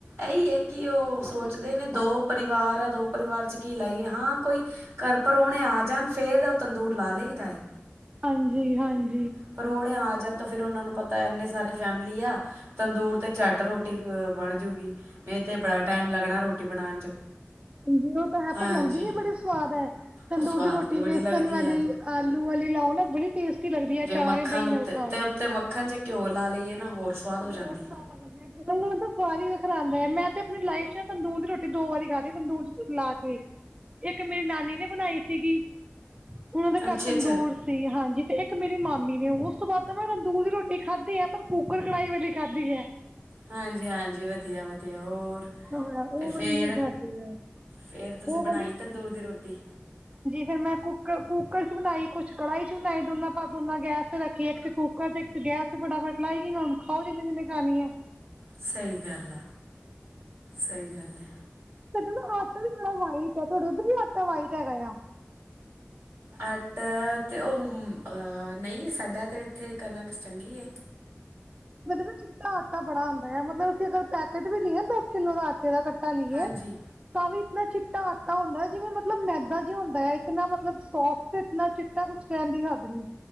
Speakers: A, on the right (about 75°); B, on the right (about 25°).
A: ਇਹੀ ਹੈ ਕਿ ਉਹ
B: ਸ਼ਹਿਰਾਂ
A: ਸੋਚਦੇ
B: ਚ ਨੀ
A: ਨੇ
B: ਐ।
A: ਦੋ ਪਰਿਵਾਰ ਆ ਦੋ। ਪਰਿਵਾਰ ਚ ਕੀ ਲਾਈਏ ਹਾਂ ਕੋਈ ਘਰ ਪਰਾਹੁਣੇ ਆ ਜਾਣ ਫੇਰ ਤਾਂ ਉਹ ਤੰਦੂਰ ਲਾ ਲਈਦਾ ਹੈ।
B: ਹਾਂਜੀ ਹਾਂਜੀ!
A: ਪਰੋੜੇ ਆ ਣ ਤੋਂ ਫਿਰ ਉਹਨਾਂ ਨੂੰ ਪਤਾ ਇੰਨੇ ਸਾਰੇ ਫੈਮਲੀ ਆ ਤੰਦੂਰ ਤੇ ਝੱਟ ਰੋਟੀ ਬਣਜੂਗੀ। ਇਹ ਤੇ ਬੜਾ ਟਾਈਮ ਲੱਗਣਾ ਰੋਟੀ ਬਣਾਉਣ 'ਚ।
B: ਹਾਂਜੀ! ਉਹ ਤਾਂ ਹੈ
A: ਹਾਂਜੀ
B: ਪਰ ਲੱਗਦੀ ਵੀ ਬੜੀ ਸਵਾਦ ਹੈ ਤੰਦੂਰ
A: ਉਹ ਸਵਾਦ
B: ਦੀ ਰੋਟੀ
A: ਵੀ ਬੜੀ
B: ਬੇਸਣ
A: ਲੱਗਦੀ
B: ਵਾਲੀ
A: ਆ
B: ਆਲੂ। ਗਲੀ ਲਾਓ ਨਾ ਬੜੀ। ਟੇਸਟੀ ਲੱਗਦੀ ਐ
A: ਜੇ
B: ਚਾਰ
A: ਮੱਖਣ
B: ਜਾਂ ਦਹੀਂ
A: ਉੱਤੇ
B: ਨਾਲ ਖਾਓ।
A: ਤੇ ਉੱਤੇ ਮੱਖਣ ਜੇ ਘਿਓ ਲਾ ਲਈਏ ਨਾ ਹੋਰ ਸਵਾਦ ਹੋ ਜਾਂਦੀ
B: ਹੋਰ ਸਵਾਦ ਬਣ ਜਾਂਦੀਆਂ। ਤੰਦੂਰ ਚ ਸਵਾਦ ਹੀ ਵੱਖਰਾ ਆਉਦਾ ਮੈਂ ਤੇ ਆਪਣੀ ਲਾਈਫ ਚ ਤੰਦੂਰ ਦੀ ਰੋਟੀ ਦੋ ਵਾਰੀ ਖਾਧੀ ਤੰਦੂਰ ਚ ਲਾ ਕੇ। ਇੱਕ ਮੇਰੀ ਨਾਨੀ ਨੇ ਬਣਾਈ ਸੀਗੀ। ਉਹਨਾਂ ਦੇ
A: ਅੱਛਾ
B: ਘਰ ਤੰਦੂਰ
A: ਅੱਛਾ
B: ਸੀ ਹਾਂਜੀ! ਇੱਕ ਮੇਰੀ ਮਾਮੀ ਨੇ ਉਸ ਤੋਂ ਬਾਅਦ ਤਾਂ ਮੈਂ ਤੰਦੂਰ ਦੀ ਰੋਟੀ ਖਾਧੀ ਆ ਪਰ ਕੂਕਰ ਕੜਾਈ ਵਾਲੀ ਖਾਧੀ ਹੈ।
A: ਹਾਂਜੀ ਹਾਂਜੀ ਵਧੀਆ ਵਧੀਆ ਹੋਰ
B: ਹਾਂ ਉਹ
A: ਤੇ
B: ਵਾਲੀ
A: ਫਿਰ
B: ਨਹੀਂ ਖਾਧੀ ਹੈ
A: ਫੇਰ ਤੁਸੀਂ
B: ਉਹ
A: ਬਣਾਈ ਤੰਦੂਰ ਦੀ ਰੋਟੀ।
B: ਫੇਿਰ ਮੈਂ ਕੱਕ ਕੁੂੱਕਰ ਚ ਬਣਾਈ, ਕੁੱਛ ਕੜਾਹੀ ਚ ਬਣਾਈ। ਦੋਨਾਂ ਪਾ ਦੋਨਾਂ ਗੈਸ ਤੇ ਰੱਖੀ ਇੱਕ ਕੂਕਰ ਚ ਇੱਕ ਤੇ ਫਟਾ ਫਟ ਲਏਗੀ ਮ ਹੁਣ ਖਾਓ ਜਿੰਨੇ ਜਿੰਨੇ ਖਾਣੀ ਆ।
A: ਸਹੀ ਗੱਲ ਆ ਸਹੀ ਗੱਲ ਹੈ।
B: ਸਾਡਾ ਨਾ ਆਟਾ ਵੀ ਬੜਾ ਵਾਈਟ ਆ ਤੁਹਾਡੇ ਉੱਧਰ ਵੀ ਆਟਾ ਵਾਈਟ ਹੈਗਾ ਆ।
A: ਆਟਾ, ਤੇ ਉਹ ਅਹ ਨਹੀਂ ਸਾਡਾ ਤੇ ਇੱਥੇ ਕਣਕ ਚੰਗੀ ਹੈ।
B: ਮਤਲਬ ਚਿੱਟਾ ਆਟਾ ਬੜਾ ਆਉਂਦਾ ਆ, ਮਤਲਬ ਅਸੀਂ ਅਰ ਪੈਕੇਟ ਵੀ ਲਾਇਆ ਦਸ ਕਿੱਲੋ ਦਾ ਆਟੇ ਦਾ ਲਈਏ
A: ਹਾਂਜੀ
B: ਤਾਂ ਵੀ ਇਨਾ ਚਿੱਟਾ ਆਟਾ ਹੁੰਦਾ, ਜਿਵੇਂ ਮਤਲਬ ਮੈਦਾ ਜਿਹਾ ਹੁੰਦਾ ਆ, ਇਤਨਾ ਮਤਲਬ ਸੋਫਟ ਇਤਨਾ ਚਿੱਟਾ ਕੁਛ ਕਹਿਣ। ਦੀ ਖਾਦ ਨ